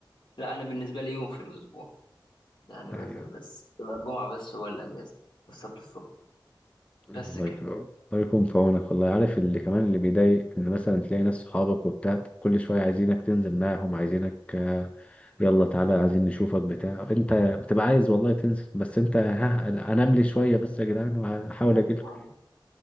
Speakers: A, on the left; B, on the left.
A: لا انا بالنسبه لي يوم في الاسبوع يعني
B: ايوه
A: بس بس تبقى الجمعة بس هو الأجازة والسبت الصبح
B: الله
A: بس كده
B: يك- الله يكون في عونك والله عارف اللي كمان اللي بيضايق ان مثلا تلاقي ناس صحابك وبتاع كل شويه عايزينك تنزل معاهم عايزينك آه، يلا تعالى عايزين نشوفك بتاع انت بتبقى عايز والله تنزل بس انت ها انام لي شويه بس يا جدعان وهحاول
A: خلاص
B: اجيلكم
A: خالص.